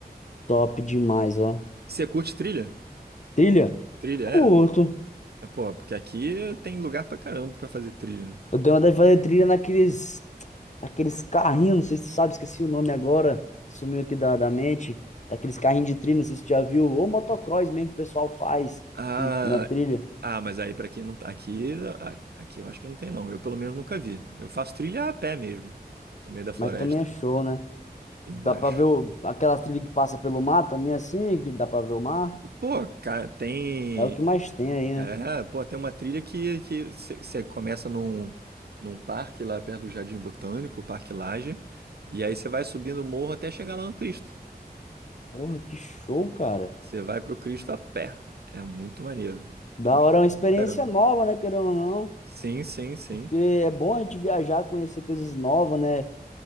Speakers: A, on the left (about 45°); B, on the right (about 75°).
A: top demais, ó.
B: E você curte trilha?
A: Trilha?
B: Trilha,
A: Curto.
B: é. É, Pô, porque aqui tem lugar pra caramba pra fazer trilha. né?
A: Eu tenho vontade de fazer trilha naqueles, naqueles carrinhos, não sei se tu sabe, esqueci o nome agora, sumiu aqui da, da mente, daqueles carrinhos de trilha, não sei se tu já viu, ou motocross mesmo que o pessoal faz
B: Ah,
A: com- na trilha,
B: ah, mas aí pra quem não tá aqui, a- aqui eu acho que não tem não. Eu pelo menos nunca vi. Eu faço trilha a pé mesmo, no meio da floresta,
A: mas também é show, né?
B: eu
A: Dá
B: acho.
A: pra ver o, aquelas trilhas que passa pelo mar também, assim, que dá pra ver o mar,
B: Pô, cara, tem,
A: é o que mais tem aí, né?
B: é, pô, tem uma trilha que que você começa num num parque lá perto do Jardim Botânico, o Parque Lage, e aí você vai subindo o morro até chegar lá no Cristo.
A: Porra, que show, cara.
B: Você vai pro Cristo a pé. É muito maneiro.
A: Da
B: É uma
A: hora,
B: experiência
A: é uma experiência
B: do caramba.
A: nova, né, querendo ou não,
B: Sim, sim, sim.
A: porque é bom a gente viajar, conhecer coisas novas, né?